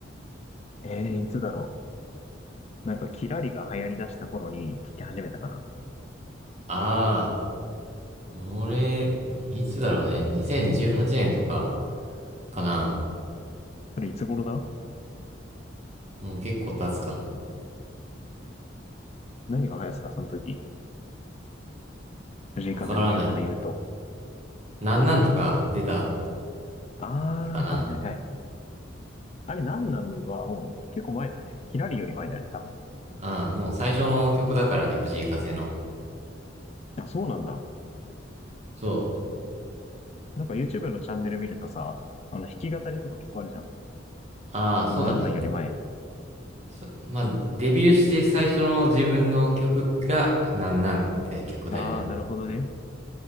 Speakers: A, on the left; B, on the right.
A: えー、いつだろう。なんか、キラリが流行り出した頃に聴き始めたかな。
B: ああ、俺、いつだろうね。2018年とかかな。
A: それいつ頃だ
B: もう結構経つかも。
A: 何が流行ってたその時。藤井風の曲で言うと。
B: わからない。なんなんとか出た
A: あ
B: 時かな。
A: あ、はいはいはい。あれ、なんなんはもう結構前だよね。キラリより前だよね、多分。
B: ああ、もう最初の曲だからね、藤井風の。
A: あ、そうなんだ。
B: そう。
A: なんか YouTube のチャンネル見るとさ、あの、弾き語りとか結構あるじゃん。
B: ああ、そうだね。
A: そのなんなんより前。
B: そまあ、デビューして最初の自分の曲が、なんなんって曲だよね。
A: ああ、なるほどね。